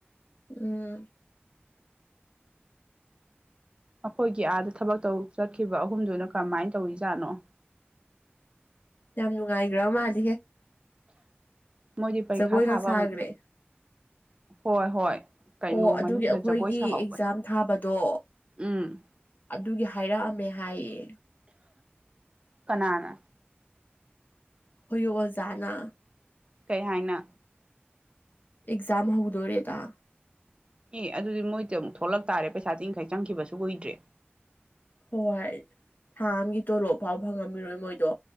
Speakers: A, on the left; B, on the right.
A: ꯎꯝ
B: ꯑꯈꯣꯏꯒꯤ ꯑꯥꯗ ꯊꯕꯛ ꯇꯧ ꯆꯠꯈꯤꯕ ꯑꯍꯨꯝꯗꯨꯅ ꯀꯔꯝꯃꯥꯏꯟ ꯇꯧꯔꯤ ꯖꯥꯠꯅꯣ
A: ꯌꯥꯝ ꯅꯨꯡꯉꯥꯏꯒ꯭ꯔꯕ ꯃꯥꯜꯂꯤꯍꯦ
B: ꯃꯣꯏꯗꯤ ꯄꯔꯤꯈꯥ
A: ꯖꯒꯣꯏꯒ
B: ꯊꯥꯕ
A: ꯁꯥꯈ꯭ꯔꯦ
B: ꯑꯃꯨꯛ ꯍꯣꯏ ꯍꯣꯏ ꯀꯩꯅꯣ
A: ꯑꯣ ꯑꯗꯨꯒꯤ
B: ꯃꯅꯨꯡꯗ
A: ꯑꯈꯣꯏꯒꯤ
B: ꯖꯒꯣꯏ ꯁꯥꯍꯧꯕ
A: ꯑꯦꯛꯖꯥꯝ ꯊꯥꯕꯗꯣ
B: ꯎꯝ
A: ꯑꯗꯨꯒꯤ ꯍꯥꯏꯔꯛꯑꯝꯃꯦ ꯍꯥꯏꯌꯦ
B: ꯀꯅꯥꯅ
A: ꯍꯣꯌꯨ ꯑꯣꯖꯥꯅ
B: ꯀꯩ ꯍꯥꯏꯅ
A: ꯑꯦꯛꯖꯥꯝ ꯍꯧꯗꯣꯔꯦꯗꯥ
B: ꯢ ꯑꯗꯨꯗꯤ ꯃꯣꯏꯗ ꯑꯃꯨꯛ ꯊꯣꯛꯂꯛ ꯇꯥꯔꯦ ꯄꯩꯁꯥ ꯇꯤꯟꯈꯩ ꯆꯪꯈꯤꯕꯁꯨ ꯀꯨꯏꯗ꯭ꯔꯤ
A: ꯍꯣꯏ ꯊꯥ ꯑꯝꯒꯤ ꯇꯣꯂꯣꯞ ꯐꯥꯎ ꯐꯪꯉꯝꯃꯤꯔꯣꯏ ꯃꯣꯏꯗꯣ